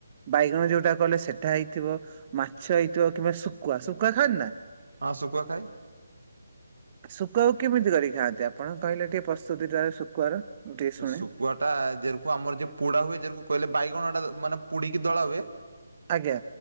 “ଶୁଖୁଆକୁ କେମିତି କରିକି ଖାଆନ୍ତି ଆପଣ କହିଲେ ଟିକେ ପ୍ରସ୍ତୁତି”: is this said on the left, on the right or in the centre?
Right